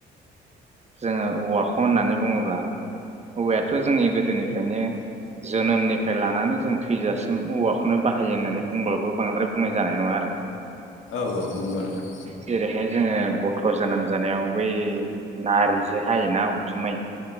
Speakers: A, on the right; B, on the left.
A: जोङो औवाखौ होननानै बुङोब्ला औवायाथ' जोंनि गोदोनिफ्राय फ्रायनो जोनोमनिफ्राय लानानै जों थैजासिम औवाखौनो बाहायो होननानै बुंब्लाबो बांद्राय बुंनाय जानाय नङा आरो
B: औ औ नंगौ नोंथां
A: जेरैहाय जोङो गथ' जोनोम ज जानायाव बै नारि जे हायोना उथुमै